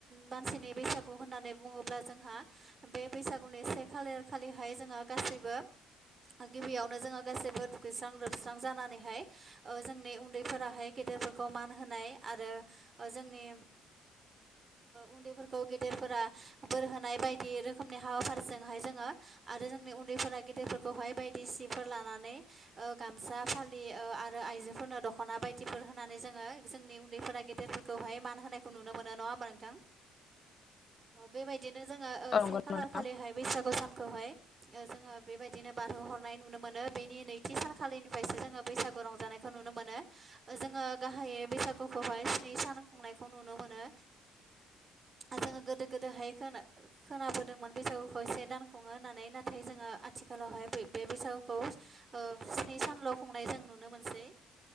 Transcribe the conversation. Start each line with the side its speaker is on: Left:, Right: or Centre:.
Right: मानसिनि बैसागु होननानै बुङोब्ला जोंहा बे बैसागुनि से खालार खालिहाय। जोङो गासैबो। गिबियावनो जोङो गासैबो दुगैस्रां लोबस्रां जानानैहाय जोंनि उन्दैफोराहाय गेद गिदेरफोरखौ मान होनाय आरो जोंनि उन्दैफोरखौ गेदेरफोरा बोर होनाय बायदि रोखोमनि हाबाफारिजोंहाय जोङो आरो जोंनि उन्दैफोरा गेदिरफोरखौहाय बायदि सिफोर लानानै। गामसा फालि आरो आइजोफोरनो दख'ना बायदिफोर होनानै जोङो जोंनि उनदैफोरा गेदिरफोरखौहाय मान होनायखौ नुनो मोनो नङा होनबा नोंथां बेबाय। दिनो जोङो
Left: औ नंगौ
Right: से खालार
Left: नोंथां
Right: खालिहाय बैसागु सानखौहाय जोङो बेबायदिनो बारहोहरनाय नुनो मोनो बेनि नैथि सानखालिनिफ्रायसो जोङो बैसागु रंजानायखौ नुनो मोनो। नुनो मोनो जोङो गाहायै बैसागुखौहाय। नै सान खुंनायखौ नुनो मोनो।
Left: <inaudible>
Right: जोङो गोदो गोदोहाय खोनादो खोनाबोदोंमोन बैसागुखौ से दान खुङो होननानै नाथाय जोङो आथिखाल। आथिखालावहाय बे बैसागुखौ स्नि सानल' खुंनाय जों नुनो मोनसै।